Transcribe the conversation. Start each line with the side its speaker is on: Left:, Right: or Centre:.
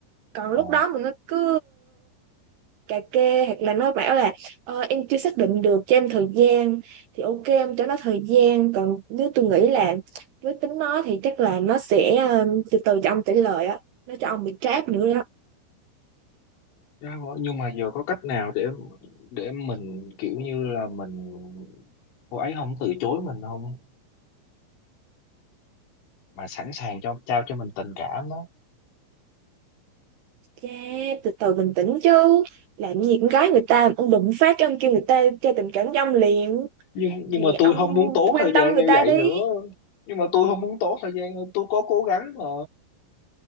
Right: còn
Left: ồ
Right: lúc đó mà nó cứ cà kê hoặc là nói bảo là ờ, em chưa xác định được cho em thời gian thì ok em cho nó thời gian còn nếu tôi nghĩ là với tính nó thì chắc là nó sẽ ờ, từ từ cho ông trả lời á nó cho ông bị trap nữa đó
Left: ra bỏ- nhưng mà giờ có cách nào để để mình kiểu như là mình cô ấy không từ chối mình không mà sẵn sàng cho trao cho mình tình cảm đó
Right: yeah, từ từ bình tĩnh chứ làm gì con gái người ta ông đụng phát cái ông kêu người ta cho tình cảm cho ông liền
Left: nhưng nhưng
Right: thì
Left: mà
Right: ông
Left: tôi không muốn tốn
Right: quan
Left: thời
Right: tâm
Left: gian
Right: người
Left: như
Right: ta
Left: vậy
Right: đi
Left: nữa nhưng mà tôi không muốn tốn thời gian tôi có cố gắng mà